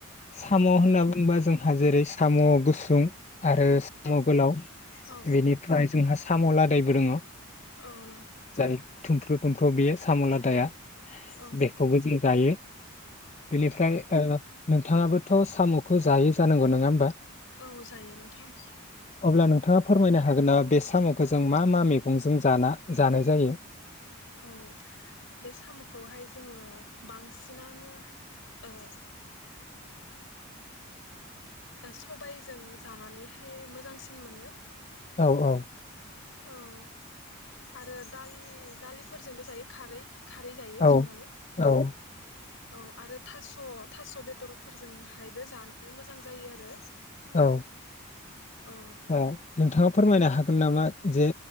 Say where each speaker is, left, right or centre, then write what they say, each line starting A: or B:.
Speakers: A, on the left; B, on the left.
A: सामु होनना बुंङोबा जोंहा जेरै सामु गुसुं आरो सामु गोलाव
B: औ
A: बेनिफ्राय जोंहा सामु लादायबो दङ ओ
B: औ नंगौ
A: जाय थुमफ्रुद थुम्फु बेयो सामु लादाया
B: औ
A: बेखौबो जों जायो बेनिफ्राय
B: औ
A: ओ नोंथाङाबोथ सामुखौ जायै जानांगौ नोङा होमबा
B: औ जायो नोंथां
A: अब्ला नोंथाङा फोरमायनो हागोन नामा बे सामखौ जों मा मा मैगंजों जाना जानाय जायो
B: औ बे सामुखौहाय जोंङो बांसिनानो ओ ओ सबायजों जानानैहाय मोजांसिन मोनो
A: औ औ
B: औ आरो दालि दालिफोरजोंबो जायो खारै खारै जायो
A: औ
B: संनानै
A: औ
B: औ आरो थास थास बे बेदरफोरजों हायबो जानो मोजां जायो आरो
A: औ
B: औ
A: ओ नोंथांङा फोरमायनो हागोन नामा जे